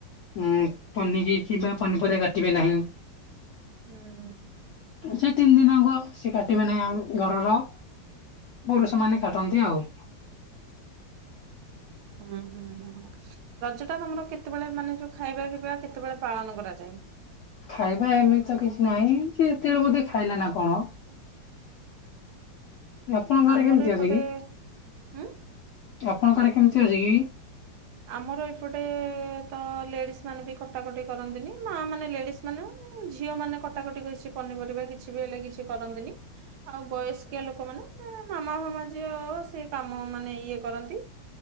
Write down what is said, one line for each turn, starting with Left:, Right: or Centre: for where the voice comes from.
Left: ଉଁ, ପନିକି କିବା ପନିପରିବା କାଟିବେ ନାହିଁ।
Right: ହୁଁ।
Left: ସେଇ ତିନି ଦିନ ଆଗ ସିଏ କାଟିବେ ନାହିଁ ଘରର। ପୁରୁଷ ମାନେ କାଟନ୍ତି ଆଉ।
Right: ହୁଁ ହୁଁ ହୁଁ ରଜ ଟା ତମର କେ କେତେବେଳେ ମାନେ ଯୋଉ ଖାଇବା ପିଇବା କେତେବେଳେ ପାଳନ କରାଯାଏ?
Left: ଖାଇବା ଏମିତି ତ କିଛି ନାହିଁ। ଯେଯେତେବେ ବୋଧେ ଖାଇଲା ନା କଣ? ଆପଣଙ୍କ ଆରେ
Right: ଆମର
Left: କେମିତି
Right: ଏପଟେ
Left: ଅଛି କି
Right: ଉଁ
Left: ଆପଣଙ୍କ କାଡେ କେମିତି ଅଛି କି?
Right: ଆମର ଏପଟେ ତ ଲେଡିସ୍ ମାନେ ବି କଟାକଟି କରନ୍ତିନି ମା ମାନେ ଲେଡିସ୍ ମାନେ ଝିଅ ମାନେ କଟାକଟି ବେଶି ପନିପରିବା କିଛି ବି ହେଲେ କିଛି କରନ୍ତିନି। ଆଉ ବୟସ୍କିଆ ଲୋକମାନେ ମାମା ଫାମା ଯିଏ ସେ କାମ ମାନେ ଇଏ କରନ୍ତି।